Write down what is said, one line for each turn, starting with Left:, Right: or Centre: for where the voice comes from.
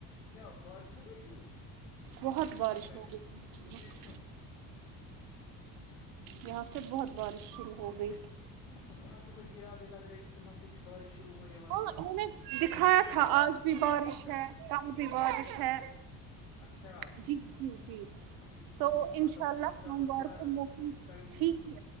Left: کیا بارش ہو گئی شروع
Right: بہت
Left: مجھے کیوں
Right: بارش
Left: لگ رہا ہے
Right: ہو
Left: پھر
Right: گئی شروع
Left: مجھے بھی
Right: یہاں سے بہت بارش شروع ہو گئی
Left: مجھے بھی کیونکہ خاس سے وہی ارادے لگ رہے کہ یہاں سے بھی بارش شروع ہونے والی
Right: ہاں
Left: ہے
Right: انہوں نے دکھایا
Left: ہاں
Right: تھا آج بھی بارش
Left: اچھا
Right: ہے کل بھی بارش
Left: ٹھیک
Right: ہے
Left: اچھا
Right: جی جی جی
Left: ٹھیک
Right: تو
Left: ٹھیک
Right: انشاء
Left: مطلب
Right: اللہ
Left: تو مسئلہ
Right: سوموار
Left: تو تھوڑا
Right: کو موسم
Left: سنگین
Right: ٹھیک نہیں